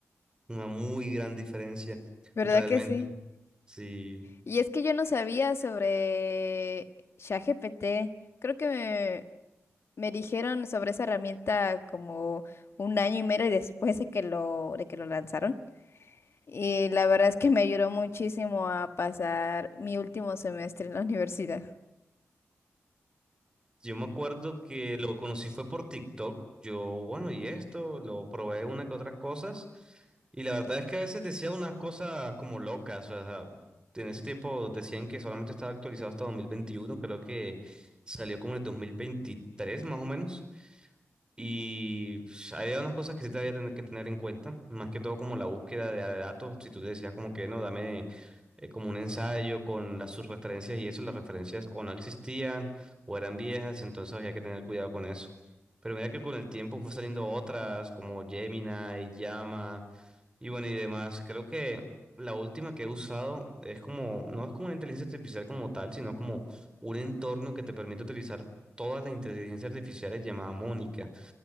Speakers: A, on the right; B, on the left.
A: una muy gran diferencia,
B: verdad
A: realmente.
B: que sí.
A: Sí.
B: Y es que yo no sabía sobre ChatGPT. Creo que me, me dijeron sobre esa herramienta como un año y medio después de que lo, de que lo lanzaron. Y la verdad es que me ayudó muchísimo a pasar mi último semestre en la universidad.
A: Yo me acuerdo que lo conocí fue por TikTok. Yo, bueno, y esto, lo probé una que otras cosas. Y la verdad es que a veces decía unas cosas como locas. O sea, en ese tiempo decían que solamente estaba actualizado hasta 2021. Creo que salió como en el 2023, más o menos. Y pues, había unas cosas que sí te había tener que tener en cuenta, más que todo como la búsqueda de de datos, si tú te decías como que no, dame eh, como un ensayo con las sus referencias y eso, las referencias o no existían o eran viejas, entonces había que tener cuidado con eso. Pero mira que con el tiempo fue saliendo otras como Gemini, Llama y bueno y demás. Creo que la última que he usado es como, no es como una inteligencia artificial como tal, sino como un entorno que te permite utilizar todas las inteligencias artificiales llamada Mónica.